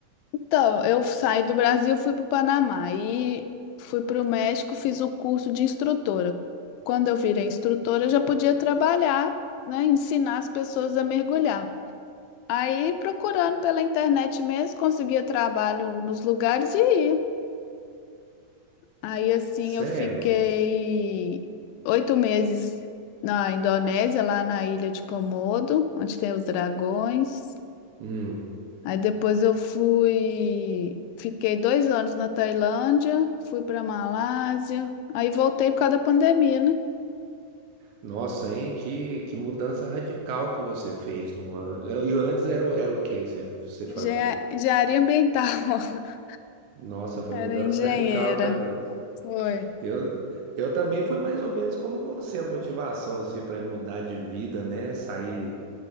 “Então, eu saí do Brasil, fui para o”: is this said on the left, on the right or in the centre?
Left